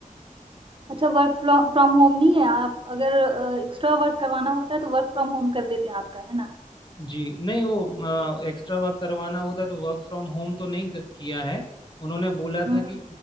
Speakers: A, on the right; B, on the left.
A: अच्छा वर्क फ्रॉम होम नहीं है आप अगर एक्स्ट्रा वर्क करवाना होता है तो वर्क फ्रॉम होम कर देते हैं आपका है ना
B: जी नहीं वो एक्स्ट्रा वर्क करवाना होता तो वर्क फ्रॉम होम तो नहीं क- किया है उन्होंने बोला
A: हम्म
B: था कि